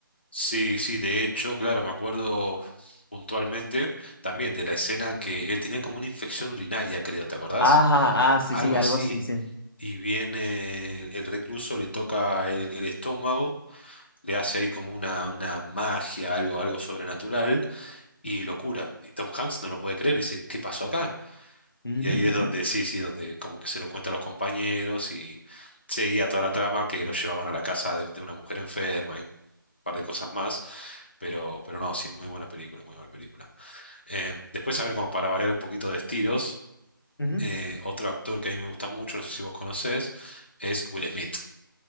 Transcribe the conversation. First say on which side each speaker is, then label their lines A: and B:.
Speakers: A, on the left (about 30°); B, on the left (about 85°).
A: Sí, sí, de hecho, claro, me acuerdo puntualmente también de la escena que él tenía como una infección urinaria, creo, ¿te acordás?
B: Ajá, ah, sí,
A: Algo
B: sí, algo
A: así.
B: así, sí.
A: y viene el recluso, le toca el, el estómago, le hace ahí como una, una magia, algo, algo sobrenatural, y lo cura. Y Tom Hanks no lo puede creer, dice, ¿qué pasó acá?
B: Ujú,
A: Y ahí es
B: ujú,
A: donde, sí, sí, donde como que se lo cuenta a los compañeros y seguía toda la trama que lo llevaban a la casa de, de una mujer enferma y un par de cosas más. Pero, pero no, sí, muy buena película, muy buena película. Eh, después, a ver, como para variar un poquito de estilos,
B: ujú.
A: eh, otro actor que a mí me gusta mucho, no sé si vos conocés, es Will Smith.